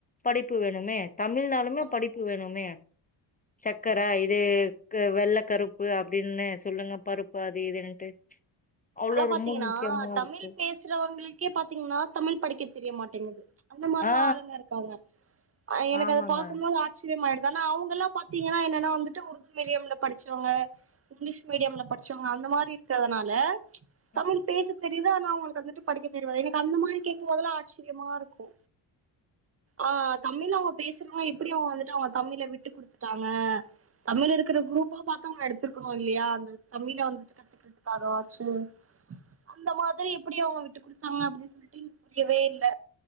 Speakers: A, on the left; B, on the right.
A: படிப்பு வேணுமே தமிழ் நாலுமே
B: கண்டிப்பா
A: படிப்பு வேணுமே சக்கர இது க்கு வெள்ள கருப்பு அப்படின்னு சொல்லுங்க பருப்பு அது இதுன்ட்டு அவ்ளோ
B: அதப் பாத்திங்கன்னா
A: ரொம்ப முக்கியமா
B: தமிழ்
A: இருக்கு
B: பே சறவங்களுக்கே பாத்தீங்ன்னா தமிழ் படிக்க தெரிய மாட்டேங்குது அந்த மாரிலா
A: ஆ
B: ஆளுங்க இருக்காங்க ஆ எனக்கு
A: ஆமாங்க
B: அதை பாக்கும் போது ஆ ச்சரியமாயிடுதான அவங்கல்லா பாத்தீங்கன்னா என்னன்னா வந்துட்டு உருது மீடியம்ல படிச்சவங்க இங்கிலீஷ் மீடியம்ல படிச்சவங்க அந்த மாரி இருக்கிறதுனால
A: ம்,
B: தமிழ் பேச தெரியுது ஆனா அவங்களுக்கு வந்துட்டு படிக்க தெரியாது எனக்கு அந்த மாரி கேக்கும் போதெல்லா ஆச் சரியமா இருக்கு ஆ தமிழ் அவங்க பேசுன்னா எப்டி அவங்க வந்துட்டு அவங்க தமிழா எப்டி விட்டு குடுத்துட்டாங்க தமிழ் இருக்கு குரூப்பா பாத்து நான் எடுத்துருக்கணு இல்லையா அந்த தமிழ வந்துட்டு கத்துக்கிறதுக்காகவது சேர் அந்த மாதிரி எப்படி அவங்க விட்டு குடுத்தாங்க அப்படின்னு சொல்லிட்டு பிடிக்கவே இல்ல